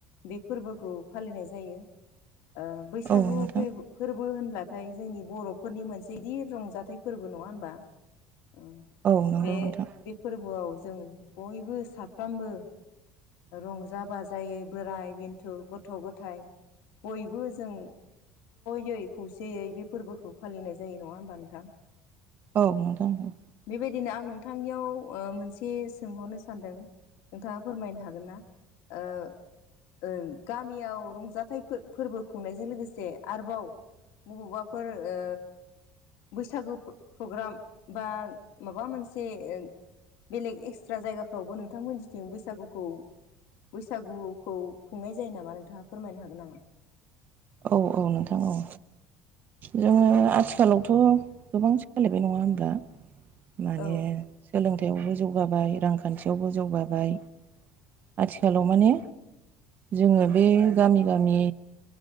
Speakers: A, on the left (about 75°); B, on the right (about 45°).
A: बे फोरबोखौ फालिनाय जायो। ओ बैसागु
B: औ नोंथां
A: फैब फोरबो होनब्लाथाय जोंनि बर'फोरनि मोनसे गिदिर रंजाथाइ फोरबो नंङा होमबा? ओं
B: औ नोंथां औ नंगौ
A: बे
B: नोंथां
A: बे फोरबोआव जों बयबो साफ्रामबो रंजा बाजायै बोराय बेन्थु गथ' गथाय बयबो जों ज'यै खौसेयै बे फोरबोखौ फालिनाय जायो। नङा होमबा नोंथां?
B: औ नोंथां।
A: बेबायदिनो आं नोंथांनियाव ओ मोनसे सोंहरनो सानदों नोंथाङा फोरमायनो हागोन ना? ओ ओं। गामियाव रंजाथाइ फो-फोरबो खुंनायजों लोगोसे आरोबाव बबावबाफोर ओ बैसागो फो प्रग्राम बा माबा मोनसे ओ बेलेग एक्सट्रा जायगाफ्रावबो नोंथांमोनजिथिं बैसागुखौ बैसागु खौ खुंनाय जायो नामा नोंथां फोरमायनो हागोन नामा?
B: औ औ नोंथां औ जोंङो आथिखालावथ' गोबां सालायबाय नंङा होनब्ला? माने
A: औ
B: सोलोंथायाइयावबो जौगाबाय रांखान्थियावबो जौगाबाय। आथिखालाव माने जोंङो बे गामि गामि